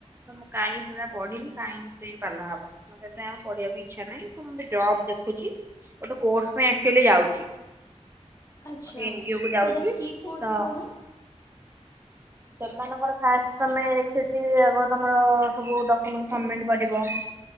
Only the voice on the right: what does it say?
ତ ମୁଁ କାହିଁ ସେଟା ପଢିବି କାଇଁ ସେ ପାଲା ହବ ମୋ ସେତେ ଆଉ ପଢିବାକୁ ଇଚ୍ଛା ନାହିଁ। ଜବ ଦେଖୁଛି ଗୋଟେ କୋର୍ସ ପାଇଁ ଆଚୁୟାଲି ଯାଉଛି।
ଗୋଟେ ଏନଜିଓ କୁ ଯାଉଛି
ତ
ସେମାନଙ୍କର ଫାଷ୍ଟ ତମେ ସେଠି ଆଗ ତମର ସବୁ ଡକୁମେଣ୍ଟ ସବମିଟ କରିବ।